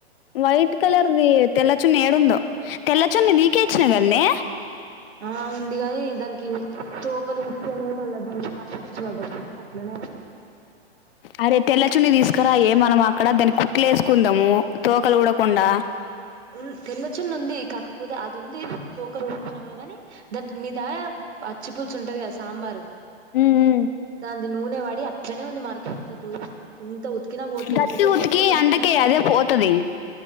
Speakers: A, on the left (about 60°); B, on the right (about 80°).
A: వైట్ కలర్ది తెల చున్ని ఏడుందో తెల్లచున్న నీకేచ్చిన కన్నే
B: ఆ ఉంది గాని దానికి తోకలు ఊస్పోనే మళ్ల వ దాన్ని పచ్చిపంచబడ్డది. మరక పడ్డది అట్లనే ఉంది.
A: అరే తెల్లచున్నీ తీసుకురా ఏ మనమా అక్కడ దాన్ని కుట్లు వేసుకుందాము. తోకలు ఊడకుండా
B: ఉం తెల్లచున్ను ఉంది కాకపోతే అది ఉంది. తోకలు ఉస్ పోయిన కూడా కాని దా మీ దా అచ్చి పులుసు ఉంటది కదా సాంబారు
A: ఊ ఊమ్
B: ఇది నూనె వడి అట్లనే ఉంది మార్క ఎంత దూ ఇంత ఉతికినా పోట్లే
A: దతి
B: ఇంతసేపు
A: ఉతికి
B: మొత్తం ఉతికినా
A: అందుకే అదే పోతది.